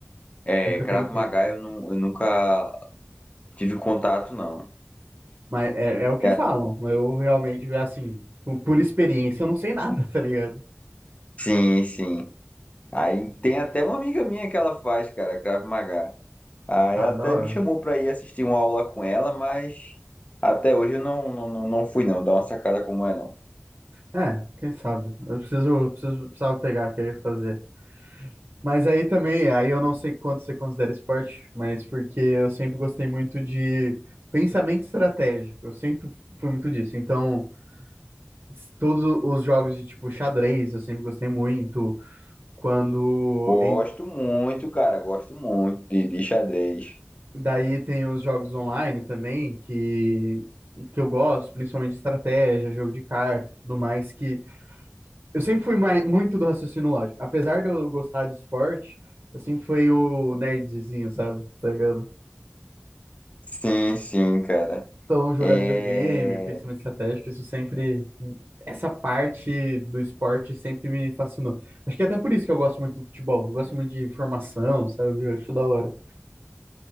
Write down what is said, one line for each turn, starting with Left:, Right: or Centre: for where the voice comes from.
Left: É,
Right: nunca
Left: Krav
Right: tentei.
Left: Maga eu, não, eu nunca tive contato, não.
Right: Mas é, é o que
Left: É,
Right: falam. Eu realmente já assim, por por experiência, eu não sei nada, <laughs> tá ligado?
Left: sim, sim. Aí tem até uma amiga minha que ela faz, cara, Krav Maga. Aí
Right: Ah,
Left: ela até
Right: da hora.
Left: me chamou pra ir assistir uma aula com ela, mas até hoje eu não, não, não, não fui não, dá uma sacada como é não.
Right: É, quem sabe. Eu preciso, preciso, precisava pegar, querer fazer. Mas aí também, aí eu não sei quanto você considera esporte, mas porque eu sempre gostei muito de pensamento estratégico, eu sempre fui muito disso. Então, s- todos os jogos de tipo xadrez, eu sempre gostei muito. Quando
Left: Gosto
Right: em-
Left: muito, cara, gosto muito de, de xadrez.
Right: daí tem os jogos online também que que eu gosto, principalmente estratégia, jogo de carta, tudo mais que eu sempre fui mai- muito do raciocínio lógico. Apesar de eu gostar de esporte, eu sempre fui o nerdzinho, sabe? Tá ligado?
Left: Sim, sim, cara.
Right: Então, jogar
Left: É...
Right: videogame, pensamento estratégico, isso sempre. Essa parte do esporte sempre me fascinou. Acho que é até por isso que eu gosto muito do futebol. Eu gosto muito de formação, sabe? Eu acho da hora.